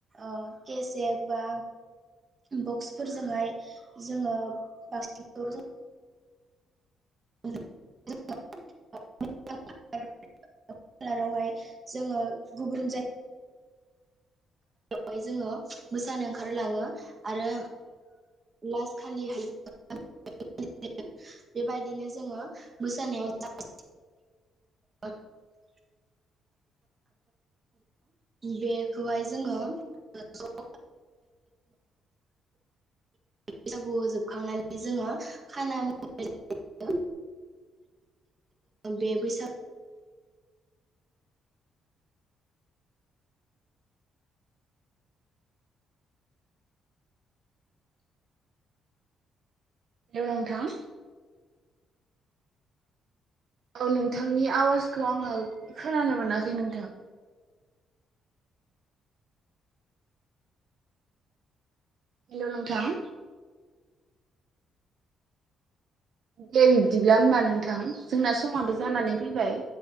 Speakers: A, on the right; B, on the right.
A: ओ केसेक बा बक्सफोरजोंहाय जोङो बांसिनखौ जों <unintelligible> <unintelligible> जोङो गुबन जायगा हाय जोङो मोसानो ओंखारलाङो आरो लास्ट खालिहाय <unintelligible> बेबायदिनो जोङो मोसानायाव <unintelligible> बेखौहाय जोङो ज <inaudible> बैसागुआव जोबखांनानै जोङो खाना आरो बे बैसागु
B: हेलौ नोंथां। औ नोंथांनि आवाजखौ आङो खोनानो मोनाखै नोंथां। हेल' नोंथां। दे बिब्दिब्ला होमबा नोंथां जोंना समाबो जानानै फैबाय।